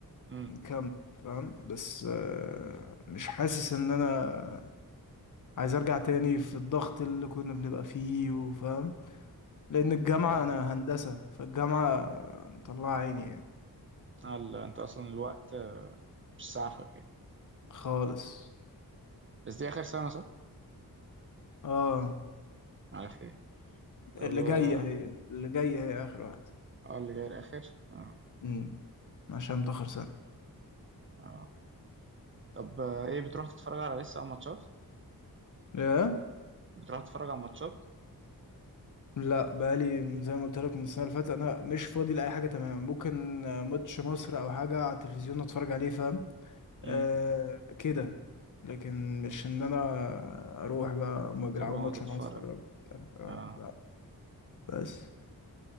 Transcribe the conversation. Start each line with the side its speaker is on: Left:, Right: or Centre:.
Right: امم
Left: مكمل فاهم بس آه، مش حاسس إن أنا عايز أرجع تاني في الضغط اللي كنا بنبقى فيه وفاهم لأن الجامعة
Right: و...
Left: أنا هندسة فالجامعة مطلعة عيني يعني
Right: آه لا، انت اصلا الوقت آه، مش سعفك يعني
Left: خالص
Right: بس دي اخر سنه صح
Left: اه
Right: على خير طب
Left: اللي
Right: آه،
Left: جاية هي اللي جاية هي آخر واحدة
Right: اه اللي جاي الاخر اه
Left: امم عشان متأخر
Right: اه طب آه، ايه بتروح تتفرج على لسه على ماتشات
Left: سنة
Right: بتروح تتفرج على ماتشات
Left: لا بقالي زي ما قلت لك من السنه اللي فاتت انا مش فاضي لاي حاجه تمام ممكن آه، ماتش مصر او حاجه على التلفزيون اتفرج عليه فاهم
Right: امم
Left: أه كده لكن مش ان انا اروح بقى هما بيلعبوا
Right: تروح
Left: ماتش
Right: تتفرج
Left: اروح اتفرج وبتاع. أه
Right: اه
Left: لا بس